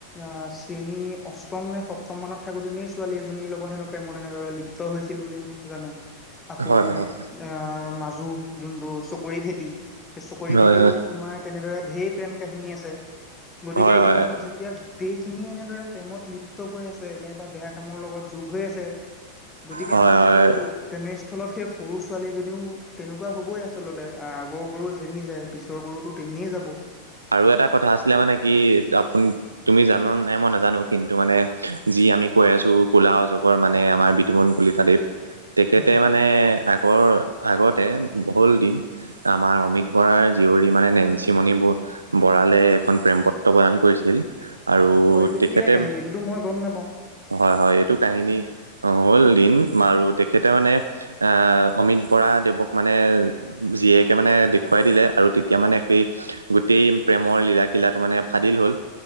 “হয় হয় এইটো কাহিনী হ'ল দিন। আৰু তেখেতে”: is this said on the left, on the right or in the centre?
Right